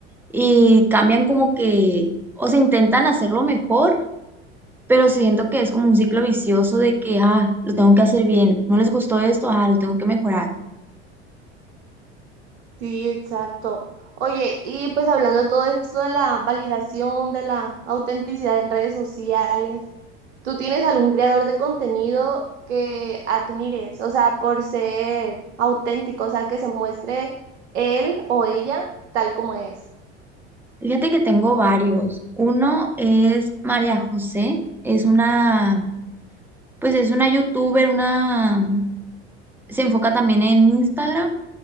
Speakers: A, in the centre; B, on the right.
A: y cambian como que, o se intentan hacerlo mejor pero siento que es como un ciclo vicioso de que, ah, lo tengo que hacer bien, no les gustó esto, ah, lo tengo que mejorar.
B: Sí, exacto. Oye, y pues hablando de todo esto de la validación, de la autenticidad en redes sociales, ¿tú tienes algún creador de contenido que admires? O sea, por ser auténtico, o sea, que se muestre él o ella tal como es.
A: Fíjate que tengo varios. Uno es María José, es una, pues es una youtuber, una, se enfoca también en Instagram.